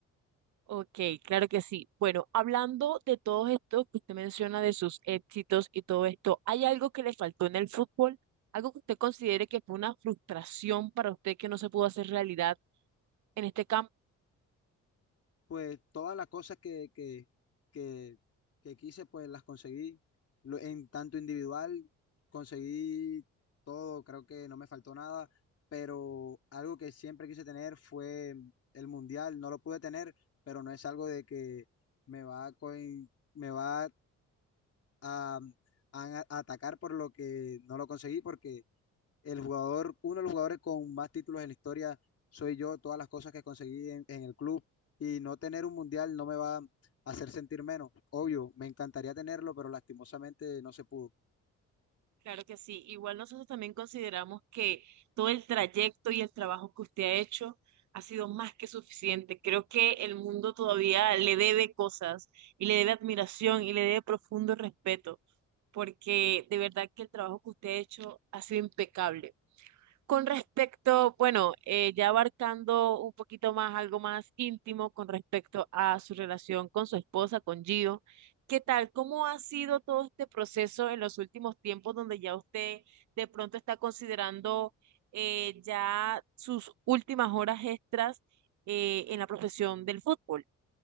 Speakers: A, on the right (about 70°); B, on the left (about 50°).
A: Ok, claro que sí. Bueno, hablando de todo esto que usted menciona, de sus éxitos y todo esto, ¿hay algo que le faltó en el fútbol? ¿Algo que usted considere que fue una frustración para usted que no se pudo hacer realidad en este campo?
B: Pues todas las cosas que, que, que, que quise, pues las conseguí. Lo- En tanto individual, conseguí todo, creo que no me faltó nada, pero algo que siempre quise tener fue el mundial. No lo pude tener, pero no es algo de que me va a, coin- me va a a- a atacar por lo que no lo conseguí, porque el jugador, uno de los jugadores con más títulos en la historia soy yo, todas las cosas que conseguí en, en el club y no tener un mundial no me va a hacer sentir menos. Obvio, me encantaría tenerlo, pero lastimosamente no se pudo.
A: Claro que sí. Igual nosotros también consideramos que todo el trayecto y el trabajo que usted ha hecho ha sido más que suficiente. Creo que el mundo todavía le debe cosas y le debe admiración y le debe profundo respeto, porque de verdad que el trabajo que usted ha hecho ha sido impecable. Con respecto, bueno, eh, ya abarcando un poquito más, algo más íntimo con respecto a su relación con su esposa, con Gio, ¿qué tal? ¿Cómo ha sido todo este proceso en los últimos tiempos donde ya usted de pronto está considerando eh, ya sus últimas horas extras eh, en la profesión del fútbol?